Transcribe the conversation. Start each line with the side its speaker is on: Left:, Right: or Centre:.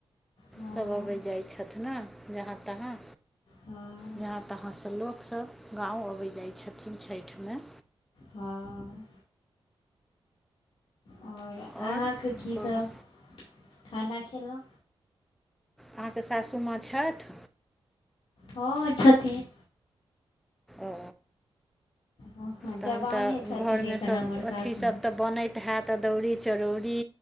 Left: हँ
Centre: सब अबै जाइ छथि ने जहाँ-तहाँ
Left: हँ
Centre: जहाँ-तहाँ सँ लोक सब गाँव अबै जाइ छथिन छइठ मे
Left: हँ आओर अहाँके
Centre: आओर
Left: की सब
Centre: कहू
Left: खाना खेलौ
Centre: अहाँके सासू माँ छैथ
Left: ह छथिन
Centre: ओ
Left: हँ
Centre: तहन
Left: जवाने
Centre: तऽ
Left: छथिन
Centre: घर
Left: एक
Centre: मे सब
Left: नम्बर सासुमे
Centre: अथी सब तऽ बनैत हेत अदौरी, चरौरी,